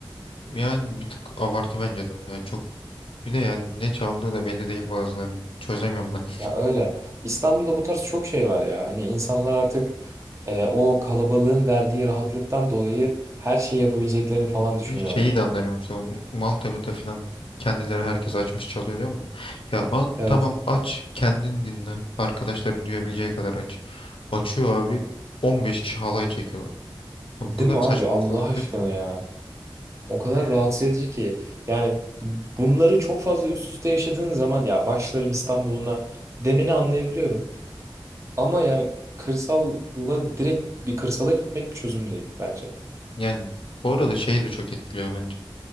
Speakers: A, on the left; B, on the right.
A: Yani bir tık abartı bence de o. ya çok bir de yani ne çaldığı da belli değil bazılarının. Çözemiyorum ben.
B: Ya öyle. İstanbul'da bu tarz çok şey var ya. Hani insanlar artık e, o kalabalığın verdiği rahatlıktan dolayı her şeyi yapabileceklerini falan düşünüyorlar.
A: Bir şeyi de anlamıyorum. işte o Maltepe'de falan kendileri herkes açmış çalıyor diyor mu? Ya at
B: Evet.
A: tamam aç kendin dinle. Arkadaşların duyabileceği kadar aç. Açıyor abi 15 kişi halay çekiyorlar. Abi
B: Değil
A: Bu kadar
B: mi abi?
A: saçma
B: Allah
A: bir şey olabilir
B: aşkına
A: mi?
B: ya. O kadar rahatsız edici ki. Yani bunları çok fazla üst üste yaşadığın zaman ya başlarım İstanbul'una demeni anlayabiliyorum. Ama yani kırsalla direkt bir kırsala gitmek bir çözüm değil bence.
A: Yani bu arada şeyi de çok etkiliyor bence.